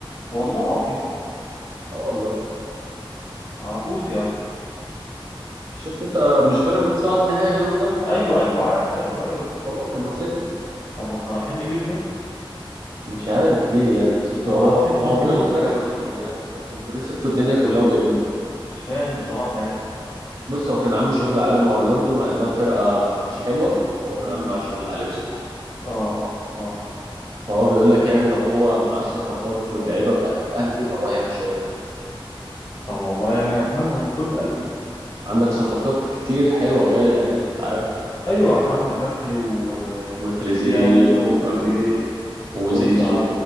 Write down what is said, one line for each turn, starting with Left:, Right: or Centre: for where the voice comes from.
Left: والله العظيم
Right: اه والله
Left: ما اعرفوش يا عم
Right: شفت انت مش بيراميدز صعد نهائي قدام اورلاندو
Left: ايوه ايوه عارف ايوه ايوه
Right: هو كان ماسكهم
Left: طب واحنا رايحين نجيب ده
Right: مش عارف ليه يعني انتوا سبتوا
Left: ده ما
Right: هو
Left: اعرفش يكسب
Right: هو بيقولوا
Left: بيراميدز
Right: مدرب
Left: يا جماعه
Right: حلو يعني بس انتوا ليه سبتوا الدنيا كلها وجايبين ده
Left: مش فاهم بصراحه يعني
Right: بص هو كان عامل شغل عالي مع اورلاندو مع انها فرقه مش حلوه وهو كان
Left: امم
Right: عامل معاه شغل عالي بصراحه
Left: اه اه اه
Right: فهو بيقول لك يعني لو هو معاه الصفقات واللعيبه بتاعت الاهلي دي فهو هيعمل شغل عالي
Left: طب والله يعني اتمنى من كل قلبي
Right: عندك صفقات كتير حلوة جاية يعني انت عارف
Left: ايوه حمدي فتحي و... آه،
Right: وتريزيجيه
Left: وديانج
Right: و...
Left: وتريزيجيه
Right: وزيزو
Left: ولسه